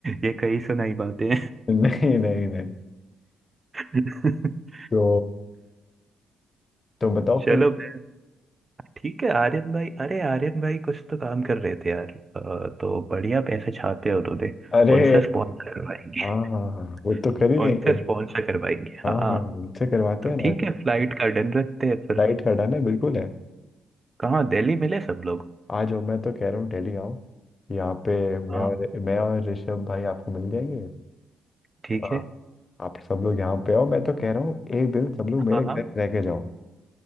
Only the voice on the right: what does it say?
ये कहीं सुनाई बातें
<laughs>
चलो
भाई, ठीक है आर्यन भाई अरे आर्यन भाई कुछ तो काम कर रहे थे यार अ, तो बढ़िया पैसे छापे हैं उन्होंने
उनसे स्पॉन्सर करवाएंगे
<laughs>
उनसे स्पॉन्सर करवाएंगे
हाँ हाँ
तो
ठीक
है फ्लाइट का डन रखते हैं फिर
कहाँ दिल्ली मिले सब लोग
हाँ
ठीक
है
हाँ
हाँ